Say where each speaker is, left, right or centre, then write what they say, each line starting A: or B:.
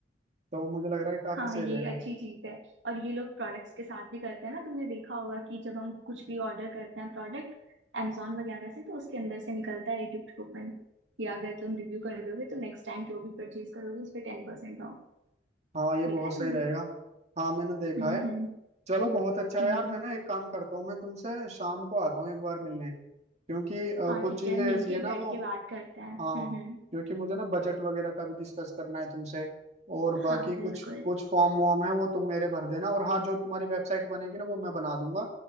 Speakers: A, on the right; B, on the right.
A: तो वो मुझे लग रहा है काफी
B: हाँ
A: सही
B: ये
A: रहेगा
B: अच्छी चीज है और ये लोग प्रोडक्ट्स के साथ भी करते हैं ना तुमने देखा होगा कि जब हम कुछ भी ऑर्डर करते हैं प्रोडक्ट amazon वगैरह से तो उसके अंदर से निकलता है एक गिफ्ट कूपन कि अगर तुम रिव्यू कर दोगे तो नेक्स्ट टाइम जो भी परचेज करोगे उस पर टेन परसेंट ऑफ
A: हाँ ये
B: देखा
A: बहुत
B: है तुमने
A: सही रहेगा हाँ मैंने देखा
B: हम्म
A: है
B: हम्म
A: चलो बहुत अच्छा
B: हम्म
A: है यार मैं ना एक काम करता हूँ मैं तुमसे शाम को आता हूँ एक बार मिलने क्योंकि अ,
B: हाँ
A: कुछ
B: ठीक
A: चीजें
B: है मिलके
A: ऐसी है ना
B: बैठ
A: वो
B: के बात करते हैं
A: हाँ
B: हम्म हम्म
A: क्योंकि मुझे ना बजट वगैरह का भी डिस्कस करना है तुमसे और बाकी
B: हाँ बिल्कुल
A: कुछ कुछ फॉर्म वॉर्म है वो तुम मेरे भर देना और हाँ जो तुम्हारी वेबसाइट बनेगी ना वो मैं बना दूंगा